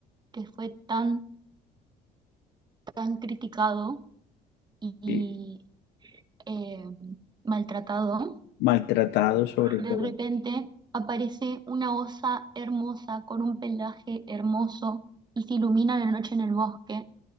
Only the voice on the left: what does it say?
Eh,
Maltratado sobre
todo.